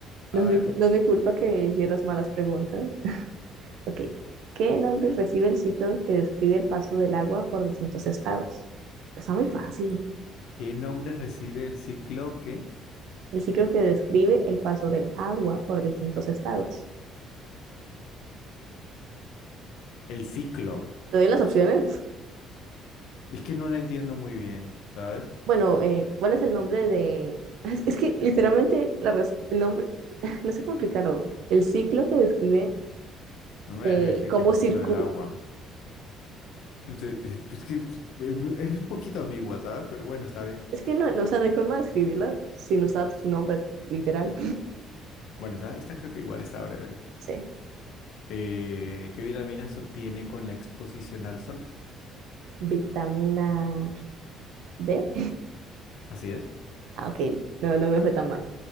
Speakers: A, on the left; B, on the right.
A: A
B: no es mi,
A: ver,
B: cu- no es mi culpa que hicieras malas preguntas. Ok. ¿Qué nombre recibe el ciclo que describe el paso del agua por distintos estados? Está muy fácil.
A: ¿qué nombre recibe el ciclo qué?
B: El ciclo que describe el paso del agua por distintos estados.
A: El ciclo.
B: ¿Te doy las opciones?
A: Es que no lo entiendo muy bien, ¿sabes?
B: Bueno, eh, ¿cuál es el nombre de...? Es, es que literalmente la res- el nombre, <laughs> no sé cómo explicarlo, el ciclo que describe
A: No me
B: eh,
A: dejes decir
B: cómo
A: que es el
B: circula.
A: ciclo del agua. Entonces, Pues pues que es es un poquito ambigua, ¿sabes? Pero bueno, está bien.
B: Es que no, no, o sea, no hay forma de escribirla sin usar su nombre literal.
A: Bueno, esta, esta creo que igual está breve.
B: Sí.
A: Eh, ¿qué vitaminas se obtiene con la exposición al sol?
B: Vitamina D.
A: Así es.
B: Ah, ok, no, no me fue tan mal.